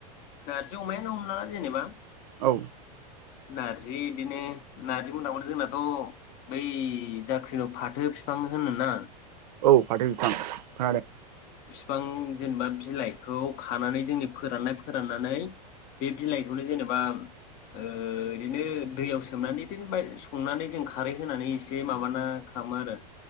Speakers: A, on the left (about 45°); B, on the right (about 80°).
A: नारजि अमायानो हमनाला जेनेबा
B: औ
A: नार्जि बिदिनो नार्जि मदांखौ जोंनाथ' बै जादखौ फाथो फिफां होनो ना
B: औ फाथो बिथां खोनादों।
A: थां जेनेबा बिलाइखौ खानानै जोंनि फोराननाय फोराननानै बे बिलाइखौनो जेनेबा ओ बिदिनो दैयाव सोमनानै दिनबाय संनानै जों खारै होनानै एसे माबाना खालामो आरो